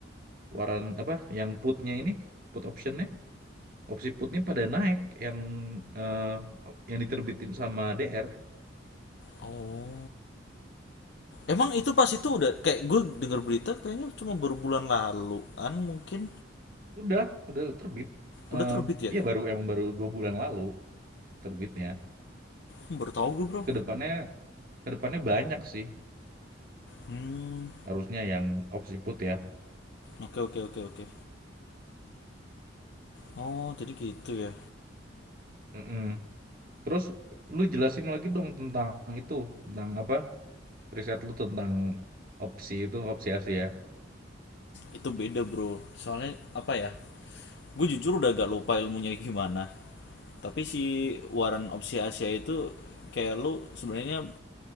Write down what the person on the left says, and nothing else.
Oh. Emang itu pas itu udah kayak gue denger berita kayaknya cuma baru bulan laluan mungkin
udah terbit ya?
Hmm, baru tahu gue bro.
Hmm,
oke oke oke oke. Oh jadi gitu ya?
Itu beda bro. Soalnya apa ya? Gue jujur udah agak lupa ilmunya gimana. Tapi si Waran Opsi Asia itu kayak lu sebenarnya